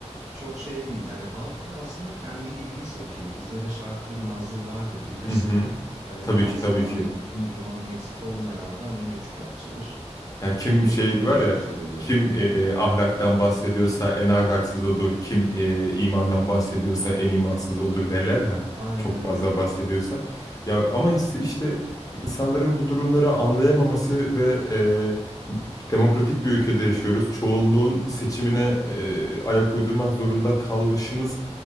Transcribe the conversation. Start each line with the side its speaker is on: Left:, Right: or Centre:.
Right: çok şey değil. Hani halk da aslında kendi gibiyi seçiyor. Bizde de şark kurnazlığı vardır bilirsin.
Left: Hı hı.
Right: Hani
Left: Tabii
Right: ağzından
Left: ki tabii ki.
Right: din iman eksik olmayan adam en üçkağıtçıdır.
Left: Ya kim
Right: Yaşadığım
Left: şey var
Right: için
Left: ya
Right: söylüyorum.
Left: kim e, ahlaktan bahsediyorsa en ahlaksız odur. Kim e, imandan bahsediyorsa en imansız odur derler ya.
Right: Aynen
Left: Çok fazla
Right: öyle.
Left: bahsediyorsa. Ya ama ins- işte insanların bu durumları anlayamaması ve e, demokratik bir ülkede yaşıyoruz. Çoğunluğun seçimine e, ayak uydurmak zorunda kalışımız